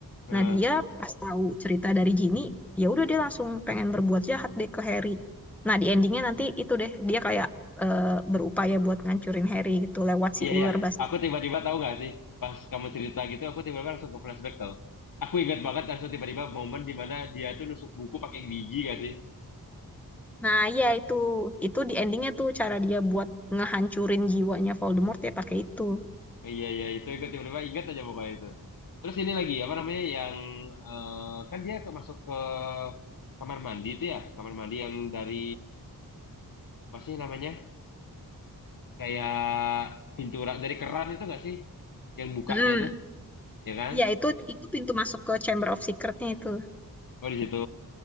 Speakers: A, on the left; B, in the centre.
A: Eh.
B: Nah, dia pas tahu cerita dari Ginny, ya udah dia langsung pengen berbuat jahat deh ke Harry. Nah, di endingnya nanti itu deh dia kayak eh, berupaya buat ngancurin Harry gitu lewat si
A: Iya,
B: ular
A: iya. Aku tiba-tiba tahu nggak sih, pas kamu cerita gitu, aku tiba-tiba langsung ke flashback tau. Aku ingat banget langsung tiba-tiba momen di mana dia tuh nusuk buku pakai gigi nggak sih?
B: Nah, iya itu. Itu di endingnya tuh cara dia buat ngehancurin jiwanya Voldemort ya pakai itu.
A: Iya, iya. Itu ikut tiba-tiba ingat aja pokoknya itu. Terus ini lagi, apa namanya, yang... eh, kan dia ke, masuk ke kamar mandi itu ya. Kamar mandi yang dari... Apa sih namanya? Kayak pintu... ra- Dari keran itu nggak sih? Yang bukanya
B: Mm.
A: itu, ya kan?
B: Iya, itu itu pintu masuk ke Chamber of Secret-nya itu.
A: Oh, di situ.